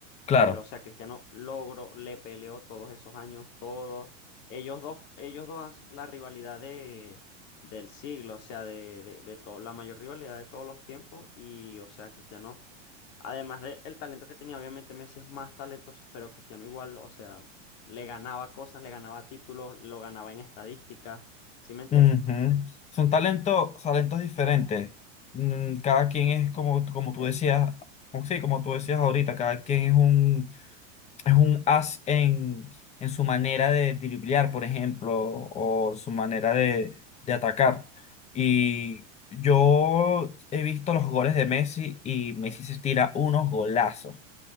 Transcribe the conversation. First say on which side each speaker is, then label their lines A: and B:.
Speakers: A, on the left (about 20°); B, on the left (about 40°).
A: Claro.
B: Pero, o sea, Cristiano logró, le peleó todos esos años, todos. Ellos dos, ellos dos, han s- la rivalidad de, del siglo, o sea, de, de, de todo, la mayor rivalidad de todos los tiempos. Y, o sea, Cristiano, además del talento que tenía, obviamente Messi es más talentoso, pero Cristiano igual, o sea, le ganaba cosas, le ganaba títulos, lo ganaba en estadísticas. ¿Sí me entiendes?
A: Ujú. Son talentos, talentos diferentes. Mm, Cada quien es como, como tú
B: Exacto.
A: decías, como, sí, como tú decías ahorita, cada quien es un, es un as en, en su manera de driblear, por ejemplo, o su manera de, de atacar. Y yo he visto los goles de Messi y Messi se tira unos golazos.